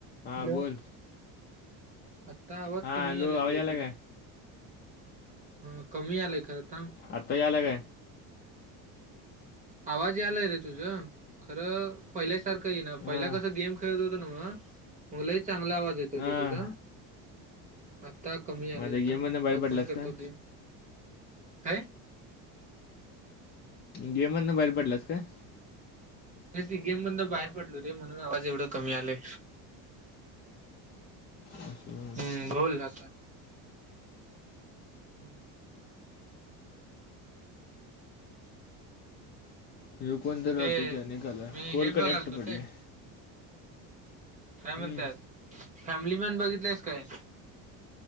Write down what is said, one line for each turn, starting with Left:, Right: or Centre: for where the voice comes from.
Left: हा
Right: हॅलो
Left: बोल
Right: आत्ता आवाज
Left: हा
Right: कमी
Left: हॅलो
Right: यायला
Left: आवाज
Right: लागलाय
Left: आला काय.
Right: हा कमी आलंय खरं थांब.
Left: आत्ता यायला काय
Right: आवाज आलाय रे तुझ खरं पहिल्या सारखं ये ना पहिला
Left: हां
Right: कस गेम खेळत होत नवं, मग लय चांगला आवाज येत
Left: हां
Right: का तुझा? आता कमी
Left: माझ्या
Right: आले
Left: गेममधनं
Right: थांब
Left: बाहेर
Right: ओपन
Left: पडलास
Right: करतो
Left: का
Right: गेम, काय?
Left: गेम मधन बाहेर पडलास काय.
Right: तेच की गेम मदन बाहेर पडलो रे म्हणून आवाज एवढं कमी आले.
Left: असं
Right: हम्म बोल आता. <unintelligible>
Left: यू कोण तर राहतो
Right: ते
Left: की अनेकला
Right: मी
Left: फोअर
Right: हे
Left: कनेक्ट
Right: बघालतो
Left: पडले.
Right: रे काय म्हणतत?
Left: हम्म,
Right: फॅमिली मॅन बघितलंयस काय?